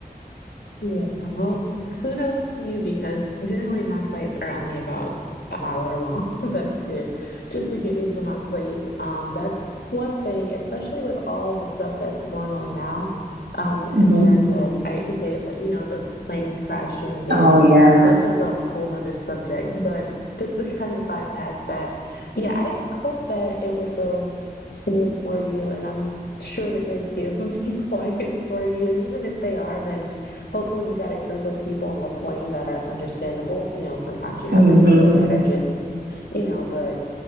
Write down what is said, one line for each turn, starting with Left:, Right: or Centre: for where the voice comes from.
Left: Yeah, well, kudos to you because generally my flights are only about an hour long. <laughs> That's it, just to get me to my place. Um, that's one thing, especially with all the stuff that's going on now, um,
Right: hmm
Left: in terms of, I hate to say it, but you know, the planes crashing and
Right: Oh yeah.
Left: that's just a whole nother subject. But just to <laughs> kind of bypass that, yeah, I hope that it would go smooth for you, and I'm sure that your kids would be <laughs> quiet for you. And even if they are, then hopefully you got a group of people on the plane that are understandable. You know, sometimes you have
Right: hmm
Left: the people that are just, you know, but